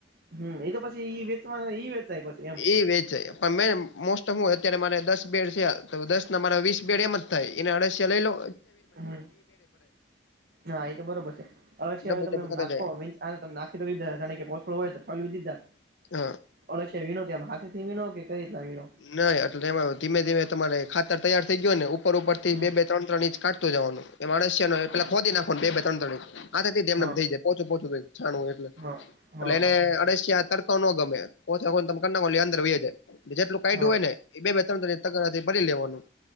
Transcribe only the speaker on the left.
એ વેચે પણ મેન મોસ્ટ ઓફ હું અત્યારે મારે દસ બેડ થયા તો દસ ના મારા વીસ બેડ એમ જ. થાય એના અળસિયા લઈલો,
ડબલ
ડબલ થતા
જાય
હા
નહી એટલે એમાં ધીમે ધીમે તમારે ખાતર તૈયાર થઇ ગયો ને ઉપર ઉપર થી
બે બે. ત્ર ત્રણ ઇંચ કાતતો જવાનું એ માણસ પેલા ખોદી નાખો બે ત્ર ત્ર ઇંચ આ
એમ થઈ જ. પોચો પોચું થ છાણું એટલે
એટલે
એને
અડસિયા, ત ન ગમે કો અંદર જેટલું કા
હોય ને. બે બે ત્રણ તથી ભરી લેવાનું